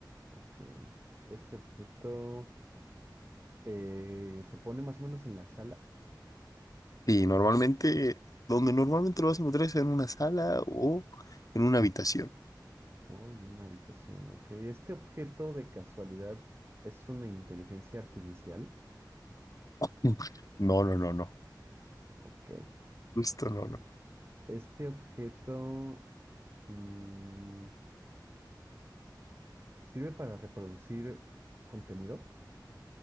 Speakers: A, on the right; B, on the left.
A: Ok. Este objeto eh, se pone más o menos en la sala.
B: Y normalmente, donde normalmente lo vas a encontrar es en una sala o en una habitación.
A: O en una habitación, ok. Este objeto de casualidad es una inteligencia artificial.
B: <laughs> No, no, no, no.
A: Ok.
B: Esto no, no.
A: Este objeto mm, sirve para reproducir contenido.